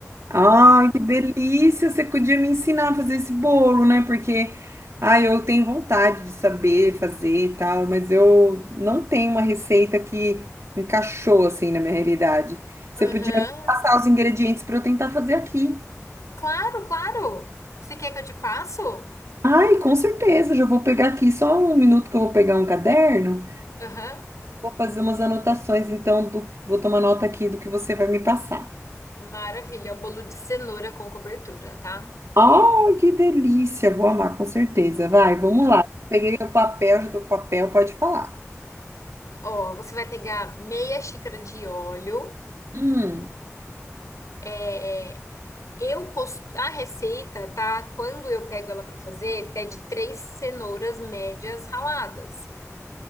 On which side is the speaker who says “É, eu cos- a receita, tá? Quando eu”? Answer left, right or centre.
Left